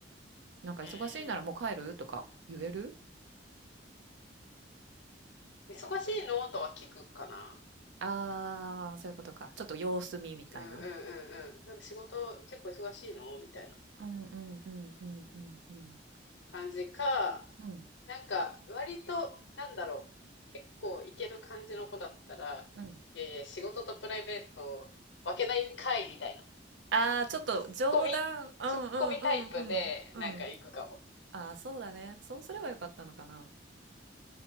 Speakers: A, on the right (about 70°); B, on the left (about 65°).
A: なんか忙しいならもう帰るとか言える
B: うん。忙しいのとは聞くかな。
A: あー、そういうことか。ちょっと様子見みたいな。
B: うんうんうんうん。なんか仕事結構忙しいのみたいな。
A: うんうんうんうんうんうん。
B: 感じか、
A: うん。
B: なんか割と、なんだろう、結構いける感じの子だったら、
A: うん。
B: いやいや、仕事とプライベート分けないんかいみたいな、
A: ああ、ちょっと冗談うんうんうんうん。
B: ツッコミ、ツッコミタイプでなんか行くかも。
A: うん。ああ、そうだね。そうすればよかったのかな。